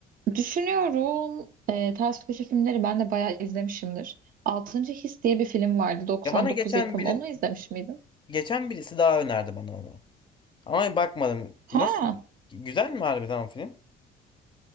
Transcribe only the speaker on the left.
Ya bana geçen
biri
geçen birisi daha önerdi bana onu. Ama bakmadım.
Nasıl? Güzel mi harbiden o film?